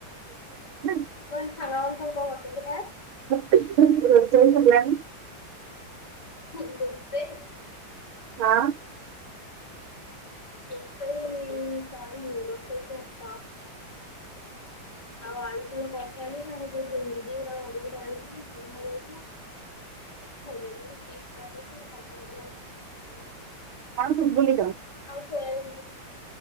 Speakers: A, on the right; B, on the left.
A: <unintelligible>
B: ମୁଁ କହିଲି <unintelligible> ଗପିଥିଲା?
A: <unintelligible> ରୋଷେଇ ସରିଲାଣି।
B: ମୁଁ ରୋଷେଇ
A: ହଁ।
B: ରୋଷେଇ ସରିନି, ରୋଷେଇ <unintelligible> ଆଉ ଆଳୁ ଝୋଳ କରିସାଇଲେଣି ଆଉ ଯୋଉ ଭେଣ୍ଡି ଗୁଡ଼ା ଘରକୁ ଯାଇଥିଲି କୁରୁମ ହେଇଯାଇଥିଲା <unintelligible> ଚିପ୍ସ କରିଦେଇଛି ଏଇରା କଞ୍ଚା <unintelligible>
A: କଣ ଶୁଭୁନି ତ?
B: ଆଉ ସୋୟବିନି।